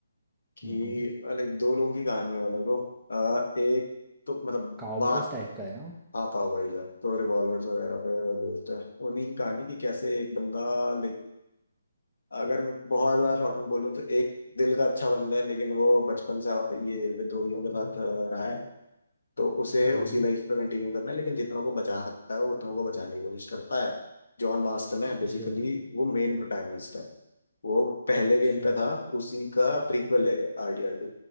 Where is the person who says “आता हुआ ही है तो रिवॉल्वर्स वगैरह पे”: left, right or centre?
Left